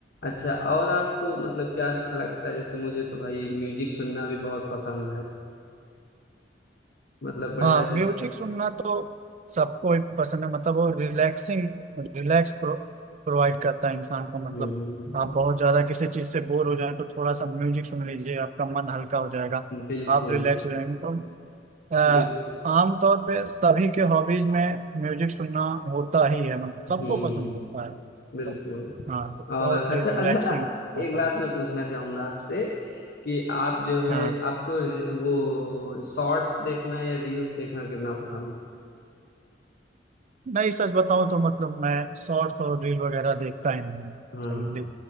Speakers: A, on the left; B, on the right.
A: अच्छा और आपको मतलब क्या अच्छा लगता है जैसे मुझे तो भाई म्यूजिक सुनना भी बहुत पसंद है मतलब बढ़िया
B: हाँ
A: जो
B: म्यूजिक सुनना तो सबको ही पसंद है मतलब वो रिलैक्सिंग रिलैक्स प्रो, प्रोवाइड करता है इंसान को मतलब
A: हम्म
B: आप बहुत ज्यादा किसी चीज से बोर हो जाए तो थोड़ा सा म्यूजिक सुन लीजिए आपका मन हल्का हो जाएगा
A: बिल्कुल
B: आप रिलैक्स हो जाएंगे तो अ,
A: बिल,
B: आमतौर पे सभी के हॉबीज में म्यूजिक सुनना होता ही है मतलब सबको
A: हम्म
B: पसंद होता है तो,
A: बिल्कुल
B: हाँ तो
A: और
B: बहुत
A: अच्छा
B: ही रिलैक्सिंग
A: अच्छा
B: रहता
A: एक बात
B: है
A: मैं पूछना चाहूंगा आपसे कि आप जो है
B: हाँ
A: आपको रि- वो शॉर्ट्स देखना या रील्स देखना कितना पसंद
B: नहीं सच बताऊं तो मतलब मैं शॉर्ट्स और रील वगैरह देखता ही नहीं हूँ।
A: है हाँ
B: चलिए